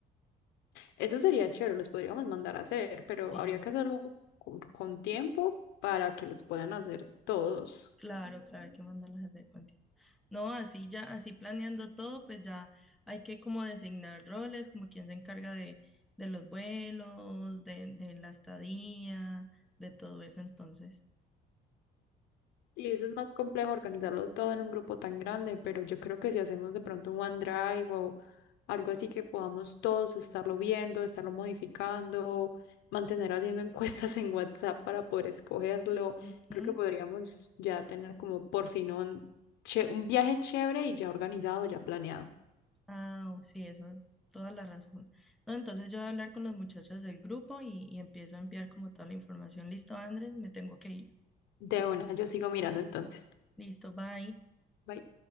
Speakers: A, on the left (about 90°); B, in the centre.
A: Eso sería chévere, los podríamos mandar a hacer, pero
B: Sí,
A: habría que hacerlo con, con tiempo para que los puedan hacer todos.
B: claro, claro, hay que mandarlas a hacer con No, así ya, así planeando todo, pues ya hay que como designar roles, como quién se encarga de, de los vuelos, de, de la estadía, de todo eso, entonces.
A: Y eso es más complejo organizarlo todo en un grupo tan grande, pero yo creo que si hacemos de pronto un OneDrive algo así que podamos todos estarlo viendo, estarlo modificando, mantener haciendo <laughs> encuestas en WhatsApp para poder escogerlo.
B: Ujú.
A: Creo que podríamos ya tener como por fin un, che- un viaje chévere y ya organizado, ya planeado.
B: Ah, o- sí, eso, toda la razón. No, entonces yo voy a hablar con los muchachos del grupo y, y empiezo a enviar como toda la información. Listo, Andrés, me tengo que ir.
A: De una, yo sigo mirando entonces.
B: Listo, bye.
A: Bye.